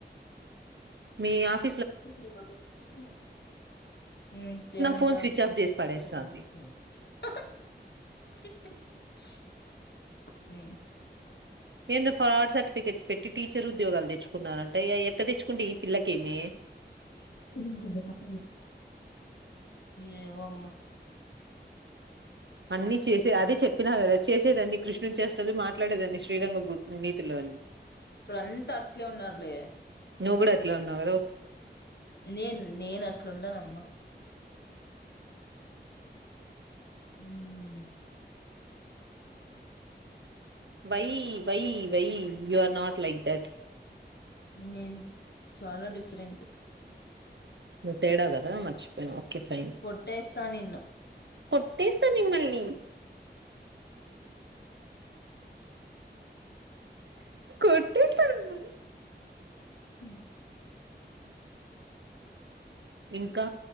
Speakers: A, on the right; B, on the left.
A: మీ ఆఫ
B: ఏ
A: నా
B: ఏమంట
A: ఫోన్ స్విచ్ ఆఫ్ చేసి పడేస్తాంది
B: హమ్
A: ఏందుో ఫ్రాడ్ సర్టిఫికేట్స్ పెట్టి టీచర్ ఉద్యోగాలు తెచ్చుకున్నారంట ఎట్ట తెచ్చుకుంటే ఈ పిల్లకేమీ
B: <unintelligible> ఏమో అమ్మ
A: అన్ని చేసే అదే చెప్పిన కదా చేసేదాన్ని కృష్ణుని చేస్తలు మాట్లాడేదన్ని శ్ శ్రీరాంగ నీతిలు అని
B: ఇప్పుడు అంత అట్లే ఉన్నారులే
A: నువ్ గూడ అట్లే ఉన్నావ్ కద
B: నేను నేను అట్లడున్నమ్మ హమ్
A: why why why you are not like that
B: నేను చాలా డిఫరెంట్
A: నువ్ తేడ గద మర్చిపోయినవ ఫైన్
B: కొట్టేస్తా నిన్ను
A: కొట్టేస్త మిమ్మల్ని కొటెస్తను మిం
B: హమ్
A: ఇంకా